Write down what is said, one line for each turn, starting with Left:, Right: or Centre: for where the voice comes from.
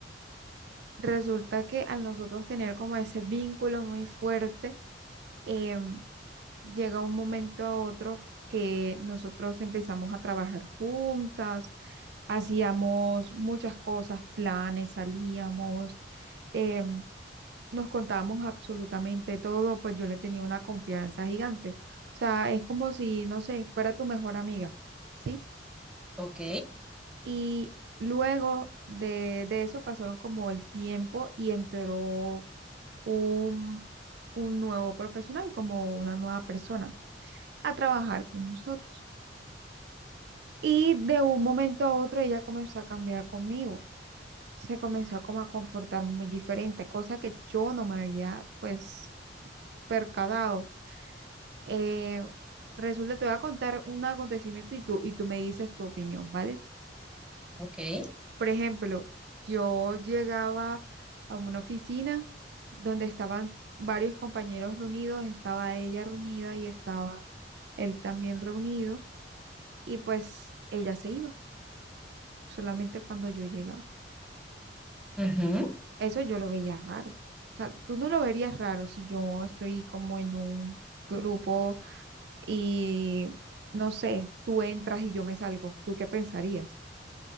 Right: Resulta que al nosotros tener como ese vínculo muy fuerte, em, llega un momento a otro que nosotros empezamos a trabajar juntas, hacíamos muchas cosas, planes, salíamos. em, nos contábamos absolutamente todo, pues yo le tenía una confianza gigante. O sea, es como si, no sé, fuera tu mejor amiga, ¿sí?
Centre: Ok,
Right: Y luego de, de eso pasaron como el tiempo y entró un, un nuevo profesional, como una nueva persona, a trabajar con nosotros. Y de un momento a otro ella comenzó a cambiar conmigo. Se comenzó como a comportar muy diferente, cosa que yo no me había pues percatado. Eh, resulta, te voy a contar un acontecimiento y tú, y tú me dices tu opinión, ¿vale?
Centre: ok.
Right: Por ejemplo, yo llegaba a una oficina donde estaban varios compañeros reunidos, estaba ella reunida y estaba él también reunido, y pues ella se iba solamente cuando yo llegaba.
Centre: ujú.
Right: Eso yo lo veía raro. O sea, tú no lo verías raro si yo estoy como en un grupo y, no sé, tú entras y yo me salgo. ¿Tú qué pensarías?